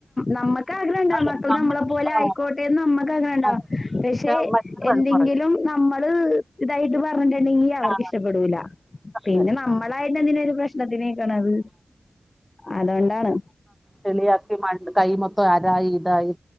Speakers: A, on the left; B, in the centre.
A: നമ്മ ക്കാഗ്രഹണ്ടാകും
B: അതെ
A: മക്കൾ
B: നമ്മൾ
A: നമ്മളെ പോലെ
B: ആ
A: ആയിക്കോട്ടെന്ന് നമ്മുക്കാഗ്രഹണ്ടാാവും
B: അതെ
A: പക്ഷെ
B: മറ്റൊരു
A: എന്തെങ്കിലും
B: വഴക്ക് പറയും
A: നമ്മള് തായിട്ട് പറഞ്ഞിട്ടുണ്ടെങ്കി അവർക്ക്
B: ആ,
A: ഇഷ്ടപ്പെടൂല
B: അതെ
A: പിന്നെ നമ്മളായിട്ട് എന്തിനാരു പ്രശ്നത്തിന്ക്ക്ണത് അതൊണ്ടാണ്
B: ചളിയാക്കി മ കൈ മ ക്കെ അതായി ഇതായി